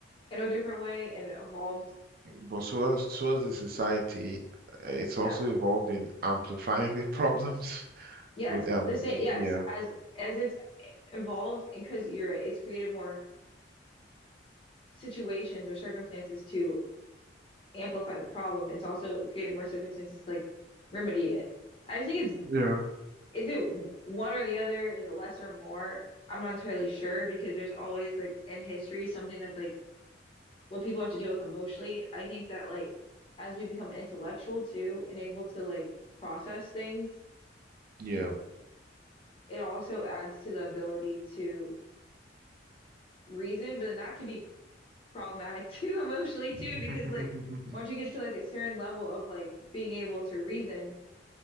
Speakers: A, on the left; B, on the right.
A: in a different way and evolved.
B: but so as so as a society, uh, it's
A: Yeah.
B: also involved in amplifying the problems <laughs>
A: Yes.
B: with um
A: The same. Yes.
B: yeah
A: As as it's evolved and because you're right, it's created more situations or circumstances to amplify the problem. It's also created more circumstances to like remedy it. I just think it's
B: yeah.
A: is it one or the other? Is it less or more? I'm not entirely sure because there's always like in history something that's like what people have to deal with emotionally. I think that like as we become intellectual too and able to like process things,
B: Yeah.
A: it also adds to the ability to reason, but then that could be problematic <laughs> too emotionally
B: <laughs>
A: too because like once you get to like a certain level of like being able to reason,